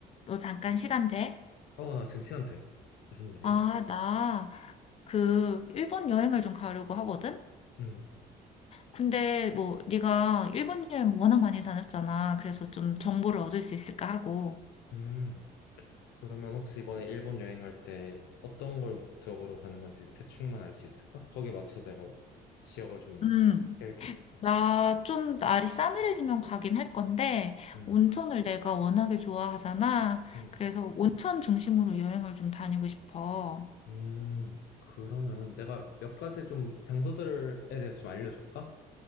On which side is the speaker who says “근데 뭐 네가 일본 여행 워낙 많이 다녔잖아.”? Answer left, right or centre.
Left